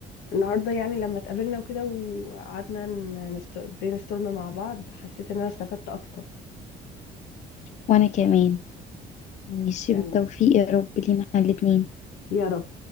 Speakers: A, on the left (about 85°); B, on the left (about 45°).
A: النهارده يعني لما اتقابلنا وكده وقعدنا برين ستورم مع بعض حسيت ان انا استفدت اكتر
B: وانا كمان ماشي
A: يعني
B: بالتوفيق يا رب لينا احنا الاتنين
A: يا رب